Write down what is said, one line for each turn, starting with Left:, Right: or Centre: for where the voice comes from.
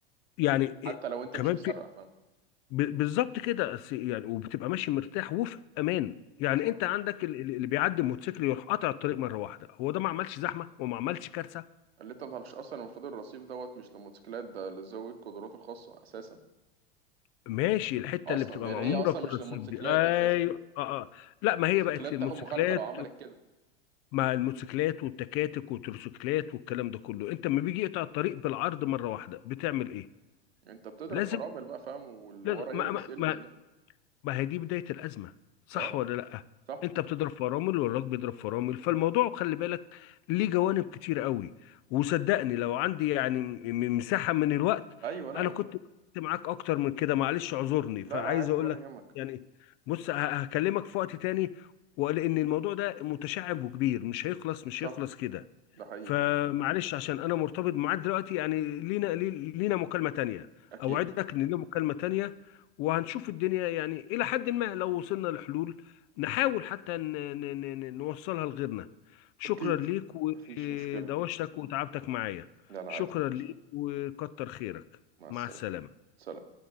Left: يعني إيه
Right: حتى لو انت
Left: كمان
Right: مش مسرع
Left: في
Right: فاهم
Left: ب- بالظبط كده أس- يعني وبتبقى ماشي مرتاح وفي امان يعني
Right: صح
Left: انت عندك ال- ال- اللي بيعدي الموتوسيكل يروح قاطع الطريق مره واحده هو ده ما عملش زحمه وما عملش كارثه
Right: اللي انت ما تعرفش اصلا المفروض الرصيف دوت مش للموتوسيكلات ده لذوي القدرات الخاصه اساسا
Left: ماشي الحته
Right: اصلا
Left: اللي بتبقى
Right: يعني
Left: معموره
Right: هي اصلا
Left: في الرصيف
Right: مش للموتوسيكلات
Left: دي ايوه
Right: اساسا
Left: اه اه لا ما
Right: الموتوسيكلات
Left: هي بقت للموتوسيكلات
Right: تاخد مخالفه لو عملت كده
Left: مع الموتوسيكلات والتكاتك والتروسيكلات والكلام ده كله انت لما بيجي يقطع الطريق بالعرض مره واحده بتعمل ايه
Right: انت بتضرب
Left: لازم
Right: فرامل بقى فاهم واللي
Left: لازم
Right: ورا يلبس
Left: ما ما
Right: يلبس
Left: ما,
Right: بقى
Left: ما هي دي بدايه الازمه صح
Right: اهو
Left: ولا لا
Right: صح
Left: انت بتضرب فرامل والراجل بيضرب فرامل فالموضوع خلي بالك ليه جوانب كتير قوي وصدقني لو عندي يعني م- م- مساحه من الوقت
Right: ايوه لا
Left: انا كنت كنت معاك اكتر من كده معلش اعذرني فعايز
Right: لا لا عادي
Left: اقول
Right: ولا
Left: لك
Right: يهمك
Left: يعني بص ه- هكلمك في وقت تاني ولان الموضوع ده متشعب وكبير مش هيخلص مش
Right: صح
Left: هيخلص كده
Right: ده حقيقي
Left: فمعلش
Right: فاهم
Left: عشان انا مرتبط معاك دلوقتي يعني لينا لي- لينا مكالمة تانية
Right: اكيد
Left: اوعدك ان لينا مكالمة تانية وهنشوف الدنيا يعني الى حد ما لو وصلنا لحلول نحاول حتى ن- ن- ن- ن- نوصلها لغيرنا شكرا
Right: أكيد
Left: ليك ودوشتك
Right: مفيش مشكلة
Left: وتعبتك معايا
Right: لا لا
Left: شكرا
Right: عادي مفيش
Left: ليك
Right: يوم.
Left: وكتر خيرك
Right: مع السلامة
Left: مع السلامة
Right: سلام